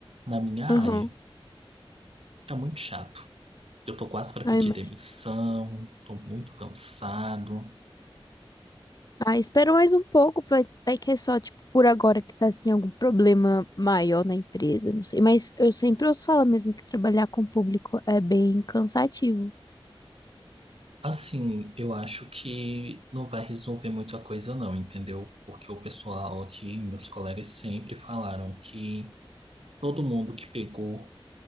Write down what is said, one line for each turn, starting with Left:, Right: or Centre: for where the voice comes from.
Right: na minha área.
Left: Uhum.
Right: Tá muito chato. Eu tô quase para pedir
Left: Ai, imagino.
Right: demissão, tô muito cansado.
Left: Ah, espera mais um pouco, vai, vai que é só, tipo, por agora que tá, assim, algum problema maior na empresa, não sei. Mas eu sempre ouço falar mesmo que trabalhar com o público é bem cansativo.
Right: Assim, eu acho que não vai resolver muita coisa não, entendeu? Porque o pessoal aqui, meus colegas sempre falaram que todo mundo que pegou